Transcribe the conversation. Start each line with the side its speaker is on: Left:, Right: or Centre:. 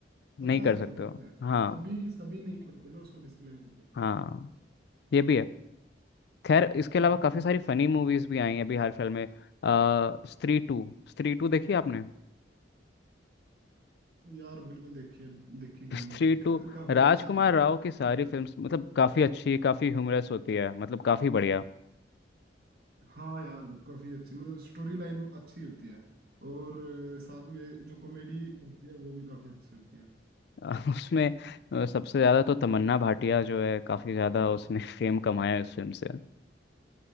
Right: पता
Left: नहीं कर
Right: है
Left: सकते
Right: क्या बात
Left: हो
Right: है
Left: हाँ
Right: सभी सभी नहीं पढ़ते ना उसको डिस्क्लेमर को
Left: हाँ ये भी है खैर इसके अलावा
Right: हर
Left: काफ़ी
Right: कोई
Left: सारी
Right: नहीं
Left: फनी
Right: पढ़ता
Left: मूवीज भी आई हैं अभी हाल फिलहाल में अ, स्त्री टू स्त्री टू देखी आपने
Right: यार बिल्कुल देखिए देखी क्यों
Left: <laughs> स्त्री
Right: नहीं <laughs> का,
Left: टू
Right: काफी
Left: राजकुमार
Right: अच्छी थी
Left: राव की सारी फिल्म्स मतलब काफ़ी अच्छी काफ़ी ह्यूमरस होती है मतलब काफ़ी बढ़िया
Right: हाँ यार काफी अच्छी मतलब स्टोरी लाइन अच्छी होती है और अ, साथ में जो कॉमेडी होती है वो भी काफी अच्छी होती है
Left: अ, <laughs> उसमें अ, सबसे ज़्यादा तो तमन्ना भाटिया जो है काफ़ी ज़्यादा उसने <laughs> फेम कमाया है उस फिल्म से